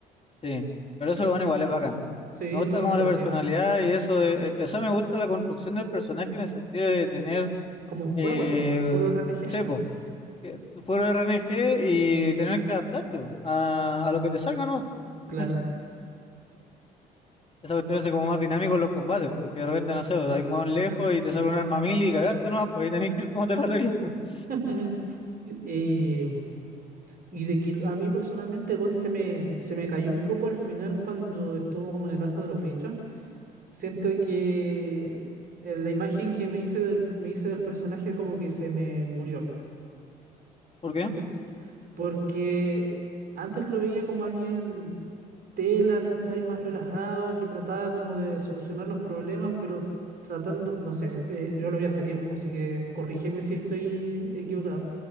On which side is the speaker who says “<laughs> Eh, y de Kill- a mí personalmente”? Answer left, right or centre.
Right